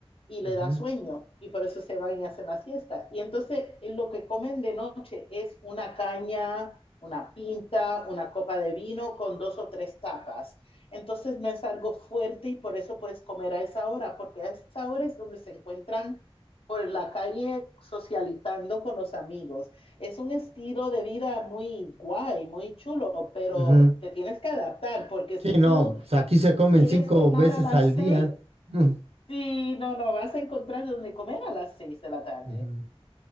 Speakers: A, on the left; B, on the right.
A: y le
B: Ujú,
A: da sueño y por eso se van y hacen la siesta. Y entonces eh, lo que comen de noche es una caña, una pinta, una copa de vino con dos o tres tapas. Entonces no es algo fuerte y por eso puedes comer a esa hora, porque a esa hora es donde se encuentran por la calle socializando con los amigos es un estilo de vida muy guay, muy chulo, pero
B: ujú.
A: te tienes que adaptar, porque si
B: Sí, no,
A: tú
B: pues, aquí se comen
A: quieres
B: cinco
A: cenar
B: veces
A: a las
B: al día.
A: seis,
B: <laughs> Mm,
A: sí, no, no, vas a encontrar donde comer a las seis de la tarde.
B: ujú.